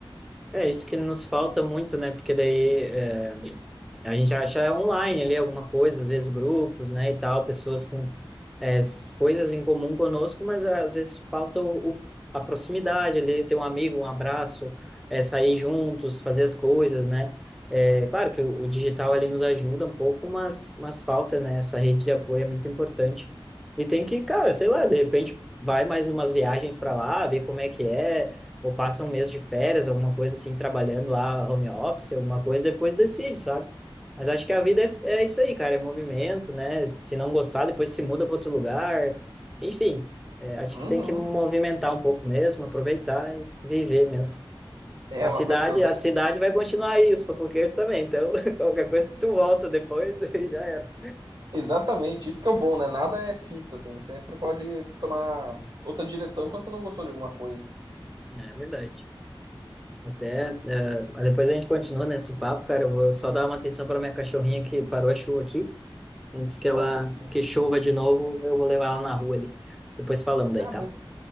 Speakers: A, in the centre; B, on the right.
A: É isso que nos falta muito, né? Porque daí. A gente acha online ali alguma coisa, às vezes grupos, né, e tal, pessoas com é, s- coisas em comum conosco, mas é, às vezes falta o, o- a proximidade ali, ter um amigo, um abraço, é, sair juntos, fazer as coisas, né? É, claro que o, o digital ali nos ajuda um pouco, mas, mas falta, né, essa rede de apoio é muito importante. E tem que, cara, sei lá, de repente vai mais umas viagens para lá, ver como é que é, ou passa um mês de férias, alguma coisa assim, trabalhando lá, home office, alguma coisa, depois decide, sabe? Mas acho que a vida é, é isso aí, cara, é movimento, né? Se não gostar, depois se muda para outro lugar. Enfim, é, acho
B: Uhum.
A: que tem que movimentar um pouco mesmo, aproveitar e viver mesmo.
B: É
A: A
B: uma
A: cidade,
B: coisa que eu tenho.
A: a cidade vai continuar aí, os fofoqueiros também. Então, <laughs> qualquer coisa, tu volta depois <laughs> e já era.
B: Exatamente, isso que é o bom, né? Nada é fixo, assim. Sempre pode tomar outra direção quando você não gostou de alguma coisa.
A: É verdade. Até, é, mas depois a gente continua nesse papo, cara. Eu vou só dar uma atenção para minha cachorrinha que parou a chuva aqui. Antes que ela
B: Ó, fofinho.
A: que chova de novo, eu vou levar ela na rua ali. Depois falamos daí,
B: Ah,
A: tá?
B: beleza.